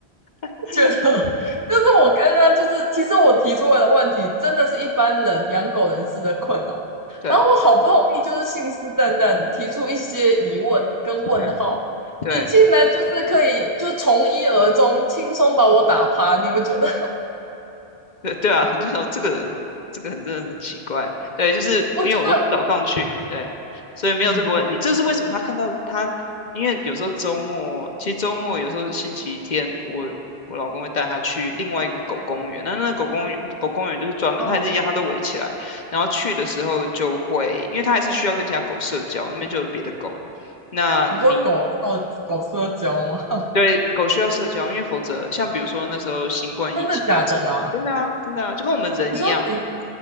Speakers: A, on the left; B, on the right.
A: <laughs>
B: <laughs> 觉得就是我刚刚就是，其实我提出来的问题，真的是一般人养狗人士的困扰。
A: 对
B: 然后我好不容易就是信誓旦旦的提出一些疑问跟问号，
A: 对对，
B: 你竟然就是可以就从一而终，轻松把我打趴。你们觉得？
A: 对对啊，<laughs> 你就想说这个人，这个人真的很奇怪。对，就是因为我都早上去，
B: <laughs> 我觉得，
A: 对，所以没有这个问题。
B: 嗯
A: 这是为什么他看到他，因为有时候周末，其实周末有时候星期天，我我老公会带他去另外一个狗公园。那那个狗公园，狗公园就是专门，
B: 嗯，
A: 它还是一样，它都围起来。然后去的时候就会，因为他还是需要跟其他狗社交，那边就有别的狗。那你
B: 你说狗哦，狗社交吗？
A: 对狗需要社交，因为否则像比如说那时候新冠疫情的时候，
B: <laughs> 真的假的啦？
A: 真的啊，真的啊，就跟我们人一样。
B: 你说你